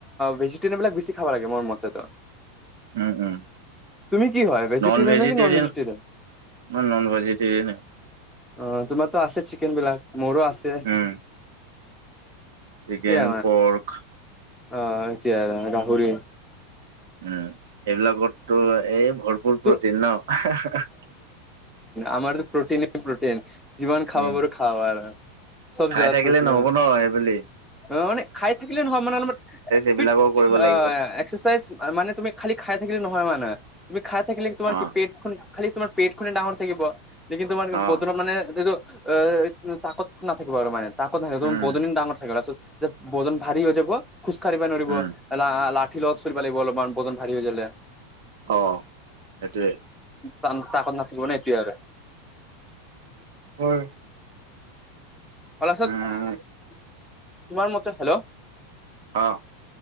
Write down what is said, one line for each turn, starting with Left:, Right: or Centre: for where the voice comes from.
Centre: ভেজিটেৰিয়ান বিলাক বেছি খাব লাগে মোৰ মতেতো।
Right: উম উম।
Centre: তুমি কি হয় ভেজিটেৰিয়ান
Right: নন Vegetarian
Centre: নে কি ভেজিটেৰিয়ান?
Right: non vegetarian.
Centre: অ তোমাৰ ত‌ আছে চিকেন বিলাক মোৰো আছে।
Right: উম চিকেন,
Centre: এতিয়া
Right: পৰ্ক।
Centre: অ এতিয়া গাহৰি।
Right: উম এইবিলাকতটো এই ভৰপূৰ
Centre: ত
Right: প্ৰটিন ন হা হা।
Centre: আমাৰ প্ৰটিন প্ৰটিন যিমান খাব
Right: উম
Centre: পাৰোঁ খাওঁ আৰু। চব
Right: খাই
Centre: জাগাত
Right: থাকিলে
Centre: প্ৰটিন
Right: নহব ন এই বুলি।
Centre: অ মানে খাই থাকিলে নহয় মানে, অলপমান
Right: এইবিলাকো
Centre: ফিট
Right: কৰিব লাগিব
Centre: আহ একচেছাইজ মান তুমি। খালি খাই থাকিলে নহয় মানে তুমি খাই থাকিলে তোমাৰ
Right: অ
Centre: কি পেট খন হে খালি তোমাৰ পেট খনে ডাঙৰ থাকিব। লেকিন তোমাৰ
Right: অ
Centre: বদনত মানে গোটেইটো‌ অ তাকত নাথাকিব আৰু মানে। তাকত নাথাকিব
Right: উম
Centre: বদন ডাঙৰ থাকিব যে বদন ভাৰী হৈ যাব খোজকাঢ়িবা নৰিব।
Right: উম
Centre: ফিলত চলিব লাগিব অলপমান বদন ভাৰী হৈ গ'লে।
Right: অ সেইটোৱেই।
Centre: তাকত নাথাকিব না এতিয়া আৰু।
Right: হয়।
Centre: অলাচত।
Right: উম
Centre: <unintelligible> তোমাৰ মতে হেল্ল'।
Right: অহ।